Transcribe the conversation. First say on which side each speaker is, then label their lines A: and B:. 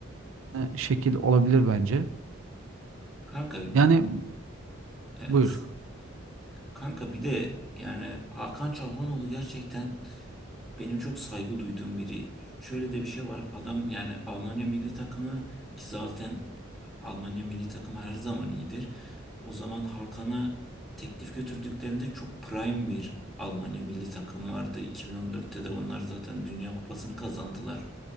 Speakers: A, on the right; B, in the centre.
A: e, şekil olabilir bence.
B: Kanka
A: Yani
B: evet.
A: buyur.
B: Kanka bir de yani Hakan Çalhanoğlu gerçekten benim çok saygı duyduğum biri. Şöyle de bir şey var. Adam yani Almanya milli takımı ki zaten Almanya milli takımı her zaman iyidir. O zaman Hakan'a teklif götürdüklerinde çok prime bir Almanya milli takım vardı. 2014'te de onlar zaten Dünya Kupası'nı kazandılar